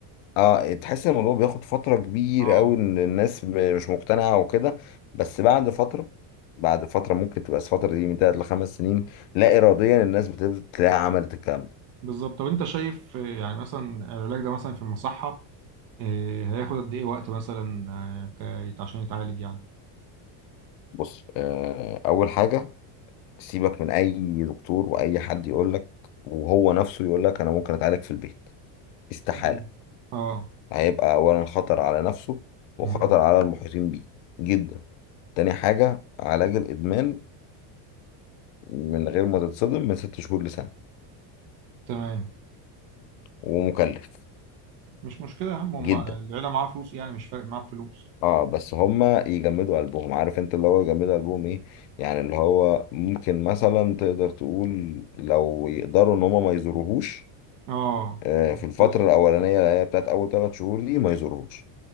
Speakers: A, on the left (about 55°); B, on the right (about 45°).
A: اه تحس ان الموضوع بياخد فترة كبيرة
B: اه
A: قوي ان الناس ب- مش مقتنعة وكده بس بعد فترة بعد فترة ممكن تبقى الفترة دي من تلات لخمس سنين لا إراديا الناس بتبدأ تلاقي عملت الكلام ده
B: بالظبط طب انت شايف آه، يعني مثلا العلاج ده مثلا في المصحة آه، هياخد قد ايه وقت مثلا آه، ك- عشان يتعالج يعني
A: بص آه، اول حاجه سيبك من اي دكتور واي حد يقول لك وهو نفسه يقول لك انا ممكن اتعالج في البيت استحاله
B: مم. اه
A: هيبقى اولا خطر على نفسه وخطر
B: مهم.
A: على المحيطين بيه جدا تاني حاجه علاج الادمان من غير ما تتصدم من ست شهور لسنه
B: تمام
A: ومكلف
B: مش مشكلة يا عم هما
A: جدا
B: العيلة معاها فلوس يعني مش فارق معاها فلوس
A: اه بس هما يجمدوا قلبهم عارف انت اللي هو يجمدوا قلبهم ايه يعني اللي هو ممكن مثلا تقدر تقول لو يقدروا ان هما ما يزوروهوش
B: اه
A: آه، في الفترة
B: بس.
A: الأولانية اللي هي بتاعت أول ثلاث شهور دي ما يزورهوش